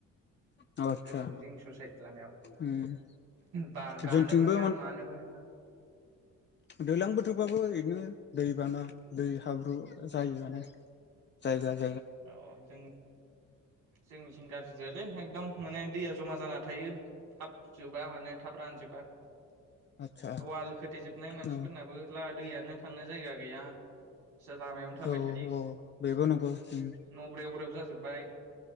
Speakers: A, on the left; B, on the right.
A: आतसा
B: ओरैनो जोंनि ससाइटिनि लामायाव
A: उम
B: बा गानोबो
A: जोंथिंबो
B: हाया मानोबो हा
A: दैलां बोथोरबाबो इदिनो दै बाना दै हाब्रु जायो माने जाय जाय
B: औ जों जोंनि सिं गारजि जायोलै हेगदम माने दैआ ज'मा जाना थायो थाब जोबा माने थाब रानजोबा
A: आदसा
B: वाल खोथेेजोबनाय मानसिफोरनाबो
A: औ
B: दैयानो थांनो जायगा गैया लामायावनो थाबाय
A: औ
B: थायो।
A: औ बेबो नंगौ उम
B: न' ब्रेव ब्रेव जाजोब्बाय